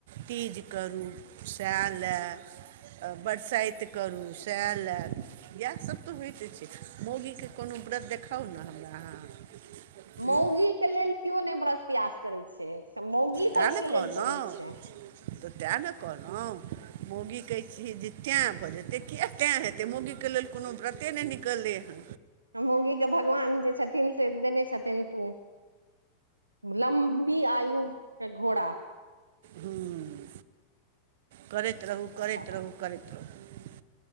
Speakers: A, on the right; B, on the right.
A: तीज करू सांइ लए बरसाइत करू सएह लायब इएहसभ तऽ होइते छैय मोगीके कोनो व्रत देखाउ ने हमरा अहाँ
B: मौगी के लेल केओ नहि व्रत प्यास करै छैय मौगी
A: तैँ
B: सबके
A: ने कहलहुँ
B: लेल करै छैय।
A: तऽ तेँ ने कहलहुँ मौगी कहै छी जे तैं भऽ जेतै किया तें हेतै मौगीके लेल कोनो व्रते नहि निकललै हँ
B: मउगी के भगवान जे छथिन से देने छथिन तू लम्बी आयु के घोड़ा
A: हूँ, करैत रहू
B: सएह
A: करैत
B: बात
A: रहू करैत रहू